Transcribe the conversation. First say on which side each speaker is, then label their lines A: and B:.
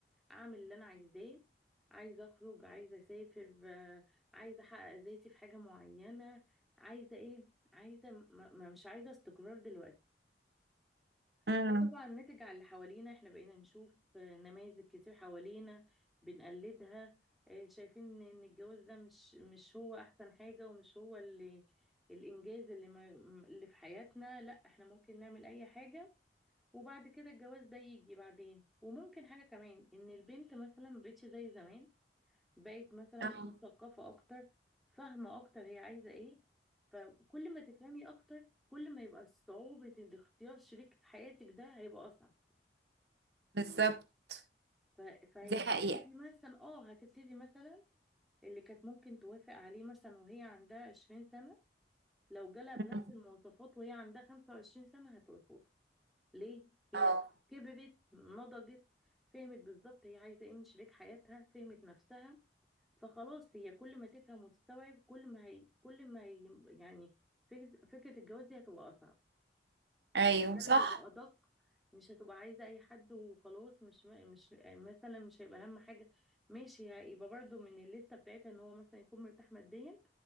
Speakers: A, in the centre; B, on the right.
A: اعمل اللي انا عايزاه عايزه اخرج عايزه اسافر آه، عايزه احقق ذاتي في حاجه معينه عايزه ايه عايزه ما ما- مش عايزه استقرار دلوقتي
B: امم
A: ده طبعا ناتج على اللي حوالينا احنا بقينا نشوف آه، نماذج كتير حوالينا بنقلدها آه، شايفين ان الجواز ده مش مش هو احسن حاجه ومش هو اللي الانجاز اللي ما اللي في حياتنا لا احنا ممكن نعمل اي حاجه وبعد كده الجواز ده يجي بعدين وممكن حاجة كمان ان البنت مثلا مبقتش زي زمان بقت مثلا
B: اه
A: مثقفة اكتر فاهمة اكتر هي عايزة ايه فكل ما تفهمي اكتر كل ما يبقى صعوبة إن اختيار شريك حياتك ده هيبقى اصعب
B: بالظبط
A: ف- فهتبتدي
B: دي حقيقة
A: مثلا اه هتبتدي مثلا اللي كانت ممكن توافق عليه مثلا وهي عندها 20 سنة لو جالها بنفس
B: مم.
A: المواصفات وهي عندها 25 سنة هترفض ليه هي
B: اه
A: كبرت نضجت فهمت بالظبط هي عايزه ايه من شريك حياتها فهمت نفسها فخلاص هي كل ما تفهم وتستوعب كل ما هي كل ما هي يعني فكره فكرة الجواز دي هتبقى اصعب
B: ايوه
A: كان
B: صح
A: هيبقى ادق مش هتبقى عايزه اي حد وخلاص مش مش مثلا مش هيبقى اهم حاجه ماشي هيبقى برضو من الليسته بتاعتها ان هو مثلا يكون مرتاح ماديا